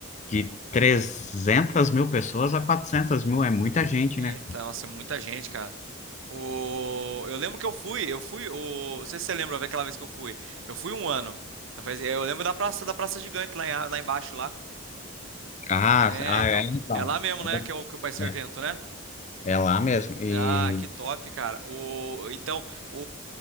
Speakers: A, on the left; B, on the right.
A: de 300 mil pessoas a 400 mil, é muita gente,
B: Eita,
A: né?
B: nossa, é muita gente, cara. O... Eu lembro que eu fui, eu fui, o... não sei se você lembra, vai aquela vez que eu fui. Eu fui um ano. Eu faz- eu lembro da praça, da Praça Gigante lá, em- lá embaixo, lá.
A: Ah,
B: É,
A: ah,
B: então,
A: é, então.
B: é lá mesmo, né, que, é o, que vai ser
A: É,
B: o evento,
A: é-
B: né?
A: é lá mesmo. E,
B: Ah, que top, cara. O... Então, o...